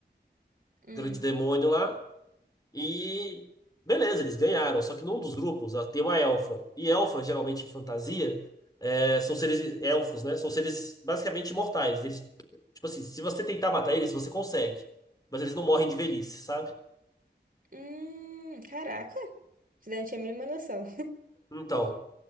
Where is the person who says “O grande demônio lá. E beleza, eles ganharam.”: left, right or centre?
Left